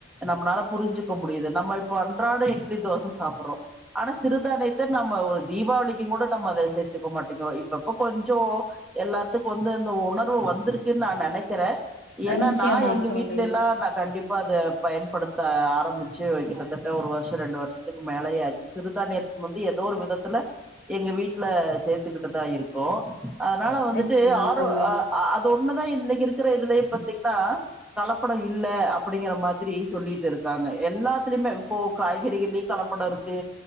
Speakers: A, in the centre; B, on the left.
A: நம்மளால புரிஞ்சுக்க முடியுது நம்ம இப்ப அன்றாட இட்லி தோச சாப்டுறோ ஆனா சிறுதானியத்த நம்ம ஒரு தீபாவளிக்கும் கூட நம்ம அத எத்துக்க மாட்டேங்கிறோ இப்பப்ப கொஞ்ச எல்லாத்துக்கு வந்து அந்த உணர்வு வந்திருக்குன்னு நா நினைக்கிற ஏன்னா
B: நிச்சயமா
A: நா எங்க
B: தோழி,
A: வீட்ல எல்லா நா கண்டிப்பா அத பயன்படுத்த ஆரம்பிச்சு கிட்டத்தட்ட ஒரு வருஷ ரெண்டு வருஷத்துக்கு மேலேயா ஆச்சு சிறுதானியத்தை வந்து ஏதோ ஒரு விதத்துல எங்க வீட்டுல சேர்த்துக்கிட்டுதா இருக்கோ அதனால வந்துட்டு
B: நிச்சயமா
A: ஆரோ
B: தோழி,
A: அது ஒண்ணுதா இன்னிக்கு இருக்கிற இதுலயே பாத்தீங்கன்னா கலப்பட இல்ல அப்டிங்கிற மாதிரி சொல்லிட்டு இருக்காங்க எல்லாத்துலயுமே இப்போ காய்கறிகள்லயு கலப்பட இருக்கு